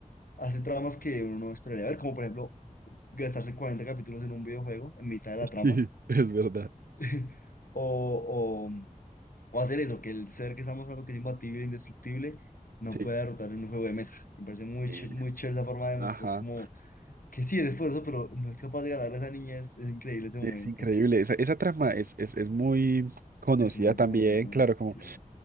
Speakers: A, on the left; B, on the right.
A: hace tramas que uno no esperaría ver, como por ejemplo gastarse 40 capítulos en un videojuego en mitad de la
B: <laughs>
A: trama.
B: Sí, es verdad.
A: <laughs> O, O hacer eso, que el ser que estamos hablando que es imbatible e indestructible no
B: Sí.
A: pueda derrotar en un juego de mesa. Me parece muy,
B: Eh,
A: ch- muy chévere esa forma de
B: Ajá.
A: mostrar como que sí, es esfuerzo, pero no es capaz de ganarle a esa niña. Es, es increíble ese momento.
B: Es increíble. Esa, esa trama es, es, es muy conocida
A: Es muy
B: también.
A: buena, muy buena,
B: Claro,
A: sí.
B: como